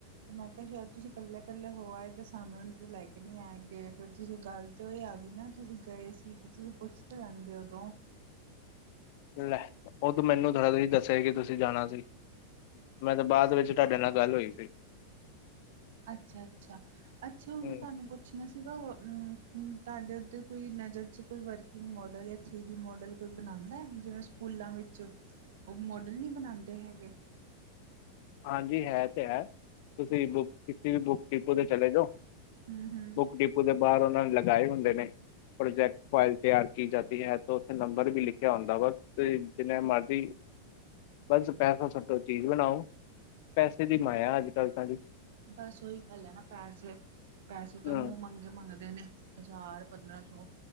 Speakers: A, on the right; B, on the left.
A: ਤੇ ਮੈਂ ਕਿਹਾ, ਸ਼ਾਇਦ ਤੁਸੀਂ ਇਕੱਲੇ-ਇਕੱਲੇ ਹੋ ਆਏ ਤਾਂ ਸਾਨੂੰ ਇਹ ਤਾਂ ਲੈ ਕੇ ਨਹੀਂ ਆਏ ਗਏ ਫਿਰ ਤੁਸੀਂ ਗੱਲ ਤੇ ਉਹ ਆ ਗਈ ਨਾ, ਤੁਸੀਂ ਗਏ ਸੀ ਤੇ ਤੁਸੀਂ ਪੁੱਛ ਲੈਂਹਿਦੇ ਉਦੋਂ।
B: ਲੈ ਉਹ ਤੂੰ ਮੈਨੂੰ ਥੋੜਾ ਤੁਸੀ ਦਸਿਆ ਕਿ ਤੁਸੀਂ ਜਾਣਾ ਸੀ। ਮੈਂ ਤਾਂ ਬਾਅਦ ਵਿੱਚ ਤੁਹਾਡੇ ਨਾਲ ਗੱਲ ਹੋਈ ਸੀ।
A: ਅੱਛਾ, ਅੱਛਾ! ਅੱਛਾ, ਹੁਣ
B: ਹੂੰ
A: ਤੁਹਾਨੂੰ ਪੁ ਪੁੱਛਣਾ ਸੀਗਾ ਔ, ਮ ਮ ਤੁਹਾਡੇ ਉੱਧਰ ਕੋਈ ਨਜ਼ਰ 'ਚ ਕੋਈ ਵਰਕਿੰਗ ਮੋਡਲ ਹੈ? ਥ੍ਰੀ ਡੀ ਮੋਡਲ ਕੋਈ ਬਣਾਦਾ ਜਿਵੇਂ ਸਕੂਲਾਂ ਵਿੱਚ ਉਹ ਮੋਡਲ ਨਹੀਂ ਬਣਾਦੇ ਹੈਗੇ।
B: ਹਾਂਜੀ, ਹੈ ਤੇ ਹੈ। ਤੁਸੀਂ ਬੁੱਕ--ਕਿਸੇ ਵੀ ਬੁੱਕ ਡਿਪੂ 'ਤੇ ਚਲੇ ਜਾਓ,
A: ਹਮ ਹਮ
B: ਬੁੱਕ ਡਿਪੂ ਦੇ ਬਾਹਰ ਉਹਨਾਂ ਨੇ ਲਗਾਏ ਹੁੰਦੇ ਨੇ। ਪ੍ਰੋਜੈਕਟ ਫਾਈਲ ਤਿਆਰ ਕੀ ਜਾਂਦੀ ਹੈ ਤੇ ਉੱਥੇ ਨੰਬਰ ਵੀ ਲਿਖਿਆ ਹੁੰਦਾ ਵਾ। ਤੁਸੀਂ ਜਿਨੇ ਮਰਜ਼ੀ ਬਸ ਪੈਸਾ ਸੁੱਟੋ, ਚੀਜ਼ ਬਣਾਓ। ਪੈਸੇ ਦੀ ਮਾਇਆ ਅੱਜ-ਕੱਲ੍ਹ ਤਾਂ ਜੀ।
A: ਬਸ ਉਹੀ ਗੱਲ ਹੈ ਨਾ, ਪੈਸੇ ਪੈਸੇ ਤਾਂ
B: ਹੂੰ
A: ਮੂੰਹ ਮੰਗੇ ਮੰਗਦੇ ਨੇ। ਹਜ਼ਾਰ-ਪੰਦਰਾਂ ਸੌ,